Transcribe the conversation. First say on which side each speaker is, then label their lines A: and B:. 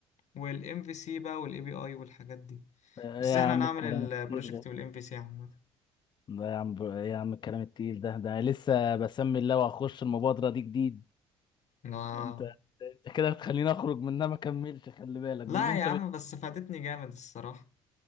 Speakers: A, on the left (about 50°); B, on the left (about 30°).
A: والام في سي بقى والاي بي اي والحاجات دي
B: آه،
A: بس
B: يا
A: احنا
B: عم
A: هنعمل
B: الكلام
A: البروجكت
B: الكتير ده
A: بالام في سي عامة
B: ده يا عم ب- يا عم الكلام التقيل ده ده لسه بسمي الله واخش المبادرة دي جديد
A: اه
B: انت انت كده بتخليني اخرج منها ما كملش خلي بالك
A: لا
B: باللي انت
A: يا عم
B: بت...
A: بس فادتني جامد الصراحة